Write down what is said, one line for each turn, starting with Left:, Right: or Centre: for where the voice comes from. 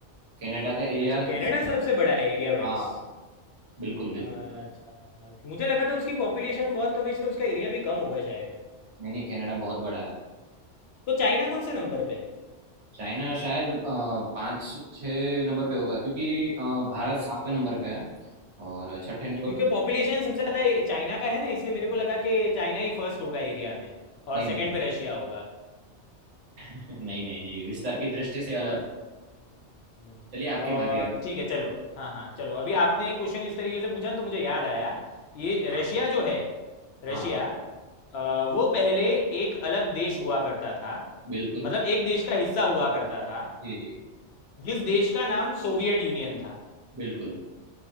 Right: कनाडा का एरिया
Left: अच्छा
Right: सबसे
Left: कनाडा सबसे बड़ा है एरिया वाइज
Right: हाँ बिल्कुल बिल्कुल
Left: अच्छा मुझे लगा था उसकी पॉपुलेशन बहुत कम है इसलिए उसका एरिया भी कम होगा शायद
Right: नहीं नहीं कनाडा बहुत बड़ा है
Left: तो चाइना कौन सा नंबर पे है?
Right: चाइना शायद अ, पाँच छः नंबर पे होगा क्योंकि अ, भारत
Left: अच्छा
Right: सातवें नंबर पे है और छठे
Left: अच्छा
Right: नंबर
Left: क्योंकि
Right: पर
Left: पॉपुलेशन सबसे ज़्यादा चाइना का है ना इसलिए मेरे को लगा कि चाइना ही फर्स्ट होगा एरिया में और
Right: नहीं नहीं
Left: सेकंड
Right: नहीं
Left: पे रशिया होगा
Right: <laughs> नहीं नहीं जी विस्तार की दृष्टि से
Left: और
Right: अलग
Left: हम्म,
Right: है। चलिए आपकी
Left: और
Right: बारी है अभी
Left: ठीक है चलो हाँ हाँ चलो अभी आपने क्वेश्चन इस तरीके से पूछा ना तो मुझे याद आया ये
Right: हाँ
Left: रशिया जो है रशिया
Right: हाँ
Left: अ, वो पहले एक अलग देश हुआ करता था
Right: बिल्कुल
Left: मतलब एक देश का हिस्सा हुआ करता था
Right: जी जी
Left: जिस देश का नाम सोवियत यूनियन था
Right: बिल्कुल